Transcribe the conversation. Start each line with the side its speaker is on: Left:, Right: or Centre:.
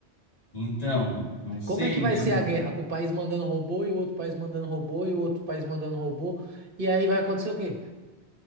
Left: Então, não sei,
Right: Como é que vai
Left: né,
Right: ser
Left: mano?
Right: a guerra? Com o país mandando robô e o outro país mandando robô e o outro país mandando robô. E aí vai acontecer o quê?